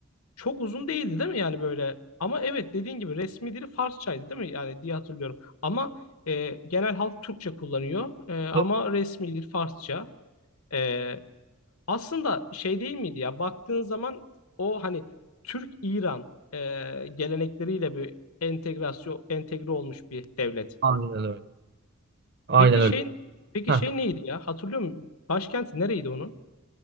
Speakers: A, on the left; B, on the right.
A: Çok uzun değildi değil mi yani böyle? Ama evet dediğin gibi resmi dili Farsçaydı değil mi? Yani diye hatırlıyorum. Ama e, genel halk Türkçe kullanıyor. E, ama
B: Çok-
A: resmi dil Farsça. E, aslında şey değil miydi ya? Baktığın zaman o hani Türk-İran e, gelenekleriyle bir entegrasyon entegre olmuş bir devlet.
B: Aynen öyle. Aynen
A: Peki
B: öyle.
A: şey peki
B: Heh.
A: şey neydi ya? Hatırlıyor musun? Başkenti nereydi onun?